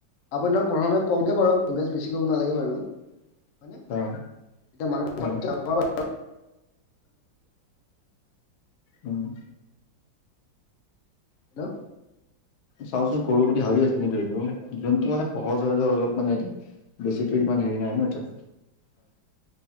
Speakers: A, on the left; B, on the left.
A: আপুনি ধৰক প্ৰথমে কমকে কৰ বেছি কৰিব নালাগে বাৰু, হয়
B: অ
A: এতিয়া মানুহ
B: হয় উম
A: হেল্লৌ
B: চাওঁচোন কৰো বুলি ভাবি আছো, কিন্তু এইবোৰ যোনটো মানে সহজহজৰ অলপ মানে এতিয়া বেছি তেই হেৰি নাই ন এতিয়া
A: হয়,